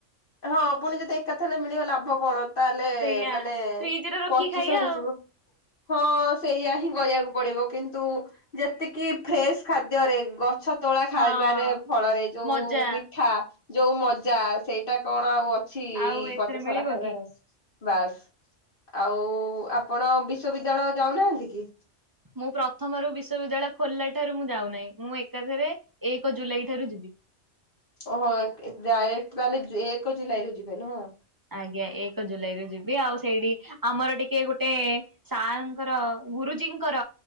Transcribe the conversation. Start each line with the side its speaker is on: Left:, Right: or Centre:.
Left: ହଁ ପୁଣି ଯଦି ଏକା ଥଲେ ହେଲେ ମିଳିବ ଲାଭ କଣ ତାହେଲେ
Right: ସେଇଆ
Left: ମାନେ
Right: ଫ୍ରିଜ ରେ ରଖିକି
Left: ପଚି
Right: ଖାଇବା
Left: ସଢ଼ି
Right: ଆଉ।
Left: ଯିବ। ହଁ ସେଇୟା ହିଁ କରିଆକୁ ପଡିବ କିନ୍ତୁ ଯେତିକି ଫ୍ରେସ୍ ଖାଦ୍ୟରେ ଗ ଗଛ ତୋଳା ଖାଇବାରେ
Right: ହଁ
Left: ଫଳରେ ଯୋଉ
Right: ମଜା
Left: ମିଠା ଯୋଉ ମଜା ସେଇ ଏଟା କଣ ଆଉ ଅଛି
Right: ଆଉ
Left: ଏଇ
Right: ଏଥିରେ
Left: ପଚାସଡା
Right: ମିଳିବ
Left: ଖାଇବାରେ।
Right: କି?
Left: ବାସ୍ ଆଉ ଆପଣ ବିଶ୍ଵବିଦ୍ୟାଳୟ ଯାଉନାହାନ୍ତି କି?
Right: ମୁଁ ପ୍ରଥମରୁ ବିଶ୍ଵବିଦ୍ୟାଳୟ ଖୋଲିଲା ଠାରୁ ମୁଁ ଯାଉନାହିଁ ମୁଁ ଏକାଥରେ ଏକ ଜୁଲାଇ ଠାରୁ ଯିବି।
Left: ଓହୋ ଡାଇରେକ୍ଟ ତାହେଲେ ଏକ ଜୁଲାଇ ରେ ଯିବେ ନୁହଁ।
Right: ଆଜ୍ଞା ଏକ ଜୁଲାଇରୁୁ ଯିବି ଆଉ ସେଇଠି ଆମର ଟିକେ ଗୋଟେ ସାର୍ ଙ୍କର ଗୁରୁଜୀଙ୍କର